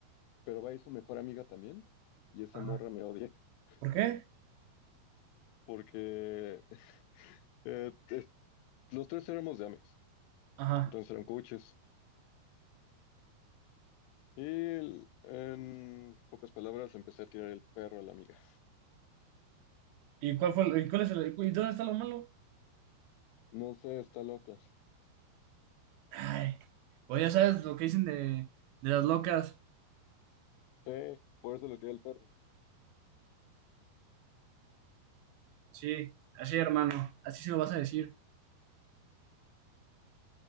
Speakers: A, on the left; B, on the right.
A: Pero va a ir su mejor amiga también y esa
B: Ajá.
A: morra me odia <laughs>
B: ¿Por qué?
A: porque eh, es- los tres éramos de Amex,
B: Ajá.
A: entonces eran coaches. Y el- en pocas palabras empecé a tirar el perro a la amiga.
B: ¿Y cuál fue, el- y cuál es el, y dónde está lo malo?
A: No sé, está loca.
B: Ay, pues ya sabes lo que dicen de, de las locas.
A: Sí, por eso le tiré al perro.
B: Sí, así hermano, así se lo vas a decir.